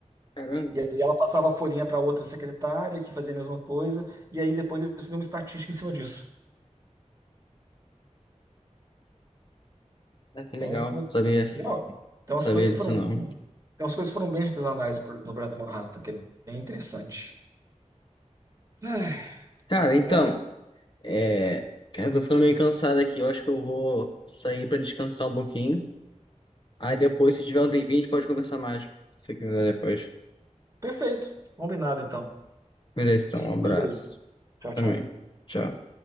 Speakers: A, on the left; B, on the right.
A: Caramba,
B: E aí ela passava a folhinha para outra secretária que fazia a mesma coisa, e aí depois eles faziam uma estatística em cima disso.
A: ah, que
B: Então,
A: legal.
B: uma-
A: Sabia,
B: não, então
A: sabia
B: as coisas foram,
A: disso não.
B: então as coisas foram bem artesanais por- no Projeto Manhattan, que é bem interessante. Ai,
A: Cara,
B: Mas
A: então,
B: é,
A: é. Cara, eu tô ficando meio cansado aqui. Eu acho que eu vou sair pra descansar um pouquinho. Aí depois, se tiver um tempinho, a gente pode conversar mais. Se você quiser depois.
B: perfeito. Combinado então.
A: Beleza, então,
B: Se
A: um
B: cuida
A: abraço.
B: aí. Tchau,
A: Também.
B: tchau.
A: Tchau.